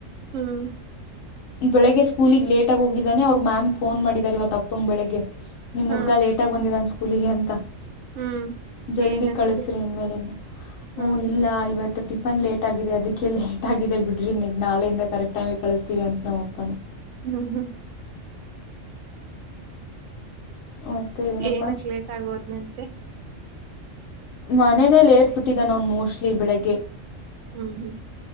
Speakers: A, on the right; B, on the left.
A: ಹ್ಮ
B: ಬೆಳಗ್ಗೆ ಸ್ಕೂಲಿಗ್ ಲೇಟಾಗ್ ಹೋಗಿದನೆ ಅವ್ರ್ ಮ್ಯಾಮ್ ಫೋನ್ ಮಾಡಿದಾರೆ ಇವತ್ತು ಅಪ್ಪಂಗ್ ಬೆಳಗ್ಗೆ. ನಿಮ್ಮ
A: ಹ್ಮ್
B: ಹುಡ್ಗ ಲೇಟಾಗ್ ಬಂದಿದ್ದಾನ್ ಸ್ಕೂಲಿಗೆ ಅಂತ
A: ಹ್ಮ್
B: ಜಲ್ದಿ
A: ಏನಂದ್ರಿ
B: ಕಳ್ಸ್ರಿ ಇನ್ ಮೇಲಿಂದ ಹ್ಮ
A: ಹ್ಮ್
B: ಇಲ್ಲ ಇವತ್ತು ಟಿಫನ್ ಲೇಟ್ ಆಗಿದೆ ಅದಿಕ್ಕೆ ಲೇಟ್ ಆಗಿದೆ ಬಿಡ್ರಿ ನಿಗ್ ನಾಳೆಯಿಂದ ಕರೆಕ್ಟ್ ಟೈಮ್ಗೆ ಕಳಿಸ್ತೀವಿ ಅಂತ್ ನಮ್ಮ ಅಪ್ಪ.
A: ಹ್ಮ್ ಹ್ಮ್
B: ಮತ್ತು ಏನಪ್ಪ
A: ಏನುಕ್ ಲೇಟಾಗೋದ್ನಂತೆ.
B: ಮನೆನೆ ಲೇಟ್ಬಿಟ್ಟಿದನ್ ಅವ್ನ್ ಮೋಸ್ಟ್ಲಿ ಬೆಳಿಗ್ಗೆ.
A: ಹ್ಮ್ ಹ್ಮ್